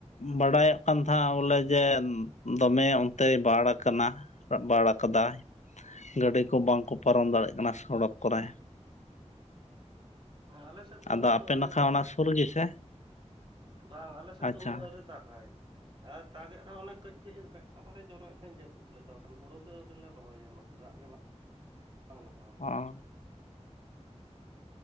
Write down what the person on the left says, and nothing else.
ᱵᱟᱰᱟᱭᱚᱜ ᱠᱟᱱ ᱛᱟᱦᱮᱸ ᱵᱚᱞᱮ ᱡᱮ ᱫᱚᱢᱮ ᱚᱱᱛᱮ ᱵᱟᱲ ᱟᱠᱟᱱᱟ ᱵᱟᱲ ᱠᱟᱫᱟᱭ ᱜᱟᱹᱰᱤ ᱠᱚ ᱵᱟᱝᱠᱚ ᱯᱟᱨᱚᱢ ᱫᱟᱲᱮᱭᱟᱜ ᱠᱟᱱᱟ ᱥᱚᱲᱚᱠ ᱠᱚᱨᱮ
ᱟᱫᱚ
ᱟᱯᱮ
ᱱᱟᱠᱷᱟ
ᱚᱱᱟ ᱥᱩᱨ ᱜᱮᱥᱮ
ᱟᱪᱪᱷᱟ
ᱚ